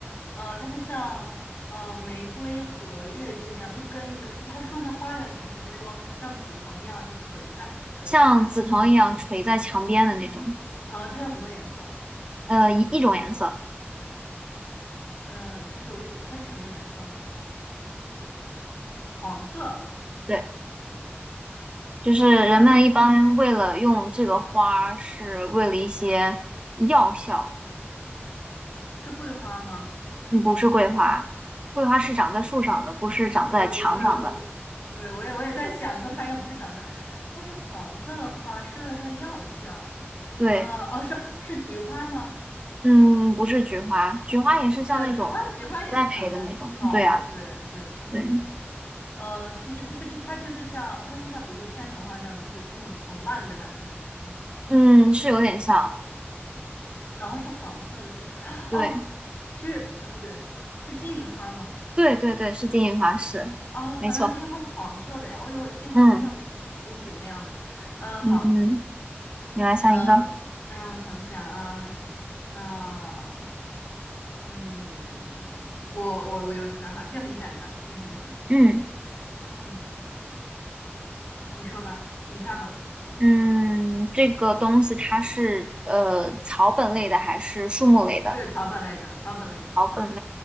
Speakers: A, on the left; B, on the right.
A: 呃，它是像呃玫瑰和月季那样一根一根，就是它是种在花园里的，还是说像紫藤一样就垂在垂下来的？
B: 像紫藤一样垂在墙边的那种，
A: 啊，它有很多颜色，
B: 呃，一一种颜色。
A: 呃，它只有一种，它是什么颜色呢？黄色，
B: 对，就是人们一般为了用这个花儿，
A: 哎，
B: 是为了一些药效。
A: 是桂花吗？
B: 嗯，不是桂花，桂花是长在树上的，不是长在墙上的。
A: 对，我对我我对我也我也在想，桂花应该不是长在，但是黄色的花是为了它的药效，
B: 对，
A: 呃，哦，是是菊花吗？
B: 嗯，不是菊花，菊花也是像那种栽培的那种。
A: 对啊，菊花菊花也是长在草的，
B: 对啊，
A: 对对，草的那种，
B: 对，
A: 呃，就是就是就是它就是像它是像比如说牵牛花那样，就是那种藤蔓类的感觉吗？是吗？
B: 嗯，是有点像。
A: 然后是黄色的是，<sucks teeth>
B: 对，
A: 哦，是啊不对，是金银花吗？
B: 对对对，是金银花，是，
A: 哦，
B: 没错。
A: 原来金银花是黄色的呀，我以为金银花是像雏菊那样的。
B: 嗯
A: 嗯，
B: 嗯，
A: 好。
B: 你来想一个。
A: 嗯，呃让我想想啊，啊，嗯，我我我有想法，这个很简单，这个很简单，
B: 嗯
A: 嗯，你说吧，你猜吧，
B: 嗯，这个东西它是呃草本类的还是树木类的？
A: 对，草本类的，草本类的，
B: 草本，
A: 对，